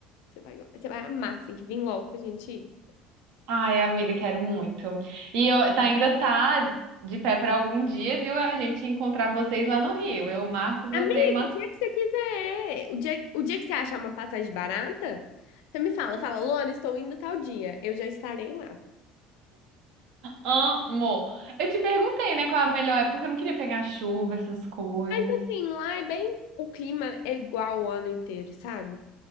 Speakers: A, on the left (about 60°); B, on the right (about 60°).
A: Você vai, go- você vai amar, assim, que vem logo pra gente ir.
B: Ai, amiga, quero muito. E eu, tá, ainda tá de pé pra algum dia, viu? A gente encontrar vocês lá no Rio. Eu, Marcos,
A: Amigo,
B: você e uma
A: o dia que você quiser. O dia, o dia que você achar uma passagem barata, você me fala, fala, Luana, estou indo tal dia. Eu já estarei lá.
B: amo. Eu te perguntei, né, qual a melhor época, porque eu não queria pegar chuva, essas coisas.
A: Mas assim, lá é bem. O clima é igual o ano inteiro, sabe?